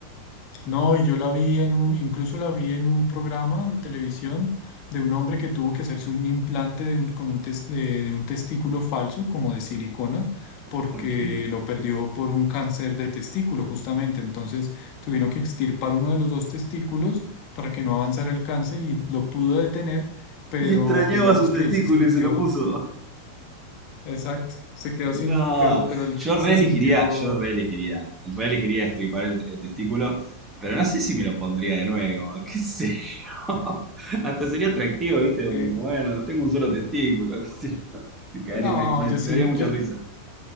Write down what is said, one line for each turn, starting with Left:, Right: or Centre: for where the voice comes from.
Left: No, y yo la vi en un, incluso la vi en un programa de televisión de un hombre que tuvo que hacerse un implante de un, con un tes- de, de un testículo falso, como de silicona, porque
Right: ¿Por qué?
Left: lo perdió por un cáncer de testículo, justamente. Entonces tuvieron que extirpar uno de los dos testículos para que no avanzara el cáncer y lo pudo detener, pero
Right: Y extrañaba
Left: digamos
Right: su testículo
Left: que él se sintió,
Right: y se lo puso.
Left: exacto, se quedó
Right: No,
Left: sin un, quedó, pero él
Right: yo
Left: que
Right: reelegiría,
Left: se sintió,
Right: yo reelegiría, reelegiría estripar el, el testículo, pero no sé si me lo pondría de nuevo, <laughs> qué sé yo. <laughs> Hasta sería atractivo, ¿viste? Como,
Left: eh,
Right: bueno, tengo un solo testículo, qué sé yo. Me, cagaría-
Left: no,
Right: me me-
Left: yo
Right: me
Left: sí,
Right: daría mucha
Left: yo
Right: risa.